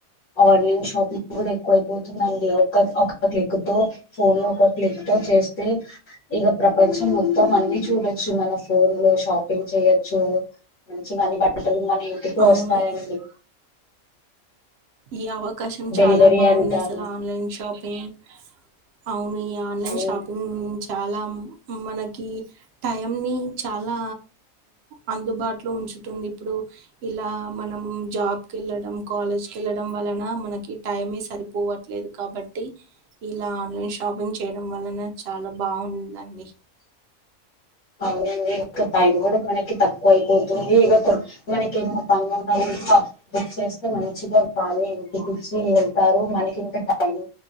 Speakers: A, on the left; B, on the right.
A: ఆన్లైన్ షాపింగ్ కూడా కోల్పోతుందండీ ఒక క్లిక్ తో ఫోన్ లో ఒక క్లిక్ తో చేస్తే ఇక ప్రపంచం మొత్తం అ న్నీ చూడొచ్చు మన ఫోన్ లో షాపింగ్ చేయొచ్చు మంచి అన్ని బట్టలు మన ఇంటికి వస్తాయండి
B: అవును. ఈ అవకాశం చాలా
A: డెలివరీ
B: బాగుంది
A: అంటారు
B: అసలు ఆన్లైన్ షాపింగ్ అవును ఈ ఆన్లైన్
A: అవును
B: షాపింగ్ నుంచి చాలా మనకి టైం ని చాలా అందుబాటులో ఉంచుతుంది ఇప్పుడు ఇలా మనం జాబ్కి వెళ్ళడం కాలేజ్ కేళ్ళడం వలన మనకి టైమ సరిపోవట్లేదు కాబట్టి ఇలా ఆన్లైన్ షాపింగ్ చే చేయడం వలన చాలా బాగుందండి
A: <inaudible> అవునండి ఇంకా టైం కూడా మనకి తక్కువ అయిపోతుంది ఇక మనకి ఎన్ని పనులునయో బుక్ చేస్తే మంచిగా వాళ్ళే ఇంటికిచ్చి వెళ్తారు మనకింకా టైమ్